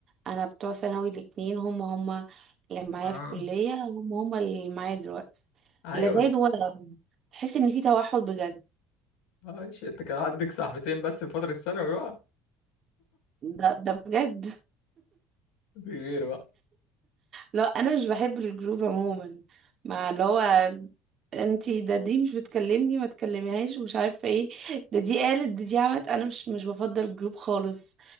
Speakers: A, on the right; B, on the left.
A: انا بتوع ثانوي الاتنين هم هم اللي معايا
B: اه
A: في الكليه هم هم اللي معايا دلوقتي
B: ايوه
A: لا زايد
B: بس
A: ولا قل. تحس ان في توحد بجد
B: ماشي انت كان عندك صاحبتين بس في فترة ثانوي بقى
A: ده ده بجد
B: دي غير بقى
A: لا انا مش بحب الجروب عموما مع اللي هو انتي ده دي مش بتكلمني ما تكلميهاش ومش عارفه ايه ده دي قالت ده دي عملت انا مش مش بفضل الجروب خالص